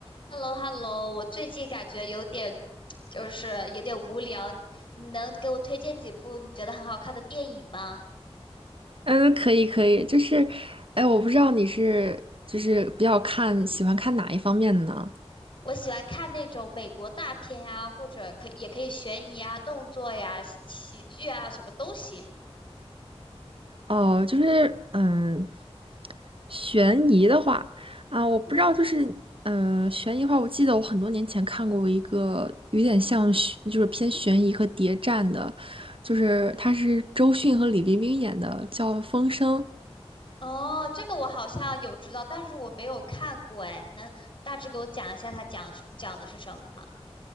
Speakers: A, on the left; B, on the right.
A: h e l l o h e l l o 我最近感觉有点，就是有点无聊。你能给我推荐几部你觉得很好看的电影吗？
B: 嗯，可以可以，就是，哎，我不知道你是就是比较看喜欢看哪一方面的呢？
A: 我喜欢看那种美国大片呀，或者可以也可以悬疑啊、动作呀、喜喜剧啊，什么都行。
B: 哦，就是嗯，悬疑的话啊，我不知道，就是嗯，悬疑的话，我记得我很多年前看过一个有点像悬就是偏悬疑和谍战的，就是他是周迅和李冰冰演的，叫《风声》，
A: 哦，这个我好像有知道，但是我没有看过哎。你能大致给我讲一下它讲讲的是什么吗？